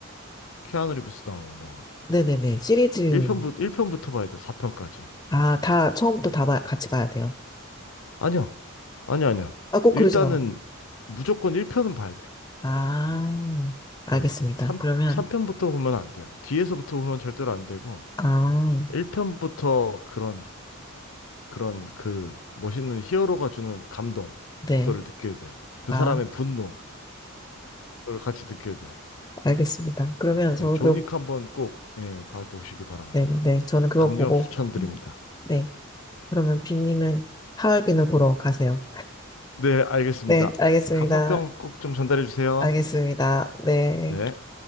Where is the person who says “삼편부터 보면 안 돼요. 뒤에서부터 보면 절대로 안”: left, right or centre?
Left